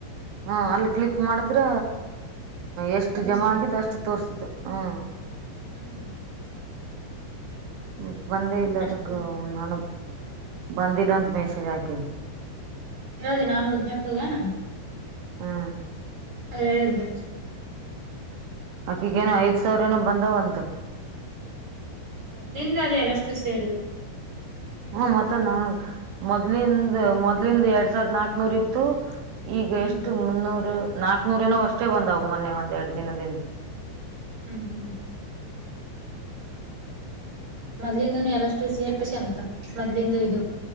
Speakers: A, on the right; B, on the right.
A: ಹಾ ಅಲ್ಲಿ ಕ್ಲಿಕ್ ಮಾಡಿದ್ರ ಎಷ್ಟು
B: ತೋರ್ಸ್ಬೇಕು
A: ಜಮಾ ಆಗಿದ್ದ ಅಷ್ಟು ತೋರ್ಸುತ್ತೆ ಹಾ
B: ಹ್ಮ್
A: ಮ ಬಂದೇ ಇಲ್ಲ
B: ಅಷ್ಟ
A: ಅದಗ್ ನಾನ ಬಂದಿಲ ಅಂತ ಮಷೆ ಜಾಕಲ್
B: ಹಿ ನಾನು ಇದಿದ್ದ್ಯಾಕ್ಕಗ ನ
A: ಹ್ಮ್
B: ಅಲ್ಲ ಹೇಳಲ್ಲ
A: ಅಕಿಗೇನ ಐದ್ ಸಾವಿರ ಏನ ಬಂದಾವಂತ
B: ಮದಿಂದ ಅದು ಎಲ್ಲಷ್ಟು ಸೇರು
A: ಹ್ಮ ಮತ್ತ ನ ಮೊದ್ಲಿಿಂದ ಮೊದ್ಲಿಂದ ಎರಡ್ ಸಾವಿರ್ದ ನಾಕ್ನೂರ್ ಇತ್ತು ಈಗ
B: ಹ್ಮ್
A: ಎಷ್ಟು ಮುನ್ನೂರು ನಾಕ್ನೂರ ಏನೋ ಅಷ್ಟೇ ಬಂದಾವ ಮೊನ್ನೆ ಒಂದ್ ಎರಡು ದಿನದಿಂದ
B: ಹ್ಮ್ ಹ್ಮ್ ಮೊದ್ಲಿದನು ಎಲ್ಲಷ್ಟು ಸೇಷ ಅಂತ ಮದ್ಲಿಂದು ಇದು